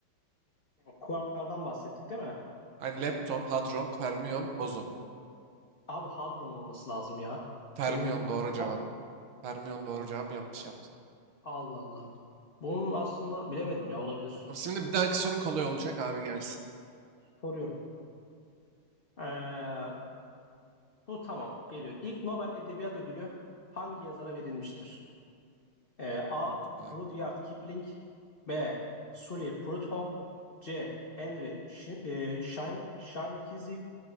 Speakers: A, on the left (about 60°); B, on the right (about 75°).
A: Kuarklardan bahsettik değil mi?
B: Yani lepton, hadron, fermiyon, bozon.
A: Abi hadron olması lazım ya.
B: Fermiyon
A: Emin
B: doğru cevap.
A: Had-
B: Fermiyon doğru cevap yanlış yaptın.
A: Allah Allah. Bunun aslında bilemedim ya olabilir.
B: Abi Şimdi bir dahaki sorun kolay olacak abi gelsin.
A: Soruyorum. Ee, bu tamam geliyor. İlk Nobel Edebiyat Ödülü hangi yazara verilmiştir? Ee, A.
B: Kolay.
A: Rudyard Kipling B. Sully Prudhomme C. Henry Sh- e, Shine- Shinkeziv